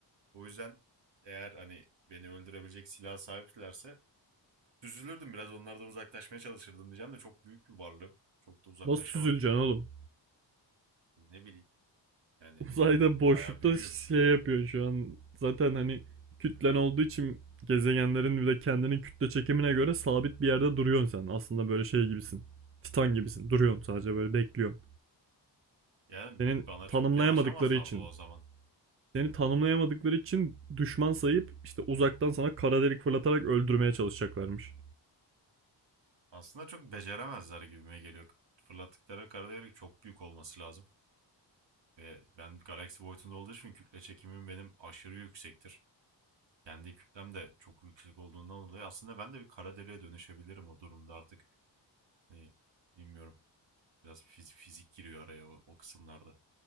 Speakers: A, on the right (about 75°); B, on the right (about 30°).
A: O yüzden eğer hani beni öldürebilecek silah sahiplerse Süzülürdüm biraz onlardan uzaklaşmaya çalışırdım diyeceğim de çok büyük bir varlığım. Çok da uzaklaşamam.
B: Nasıl süzüleceksin oğlum?
A: Ne bileyim yani
B: <laughs> Uzayda boşlukta
A: bayağı büyüğüm.
B: şey yapıyorsun şu an. Zaten hani kütlen olduğu için gezegenlerin bir de kendinin kütle çekimine göre sabit bir yerde duruyorsun sen. Aslında böyle şey gibisin. Titan gibisin. Duruyorsun sadece böyle bekliyorsun.
A: Yani
B: Senin
A: bana
B: tanımlayamadıkları
A: çok yanaşamazlardı
B: için
A: o zaman.
B: seni tanımlayamadıkları için düşman sayıp işte uzaktan sana kara delik fırlatarak öldürmeye çalışacaklarmış.
A: Aslında çok beceremezler gibime geliyor. Fırlattıkları kara delik çok büyük olması lazım. Ve ben galaksi boyutunda olduğu için kütle çekimim benim aşırı yüksektir. Kendi kütlem de çok yüksek olduğundan dolayı aslında ben de bir kara deliğe dönüşebilirim o durumda artık. Hani bilmiyorum. Biraz fiz- fizik giriyor araya o, o kısımlarda.